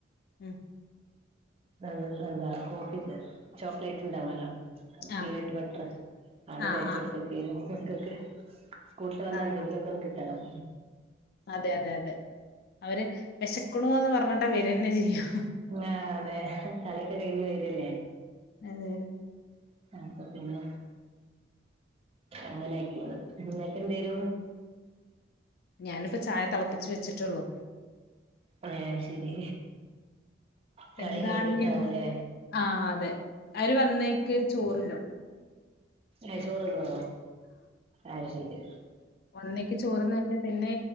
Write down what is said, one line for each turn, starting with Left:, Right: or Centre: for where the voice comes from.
Left: ഉം
Right: അ എന്താ കോഫി ചോക്ലേറ്റ് ഉണ്ടാവല്ലോ?
Left: ആഹ്
Right: പീനട്ട് ബട്ടർ അത
Left: ആഹ്
Right: തേച്ചെടുത്തക്കതൊക്കെനു
Left: ആഹ്
Right: മക്കൾക്ക് സ്കൂൾട്ട് വന്നാ
Left: ആഹ്
Right: എന്തെങ്കിലൊക്ക ഒന്ന് കിട്ടണം.
Left: അതെ അതെ അതെ അവര് വിശക്കണോന്ന് പറഞ്ഞിട്ട് വര്ന്നെ ചെയ്യാം.
Right: ആ അതെ കളിയൊക്കെ കഴിഞ്ഞ് വരല്ലേ.
Left: അതെ
Right: അപ്പോ പിന്നെ അങ്ങനെയക്കന്ന് നിങ്ങക്കെ എന്തേനു
Left: ഞാനിപ്പോ ചായ തിളപ്പിച്ചു വെച്ചിട്ടുള്ളൂ.
Right: ആഹ ശരി കളി
Left: എന്താണ്
Right: കഴിഞ്ഞിട്ടാവുലേ?
Left: ആഹ് അതെ അവര് വന്നേക്ക് ചോറുണ്ണും
Right: ഏ ചോറ്ന്നോ അയ്ശരി
Left: ഒന്നേക്ക് ചോറ്ന്ന് കഴിഞ്ഞാ പിന്നെ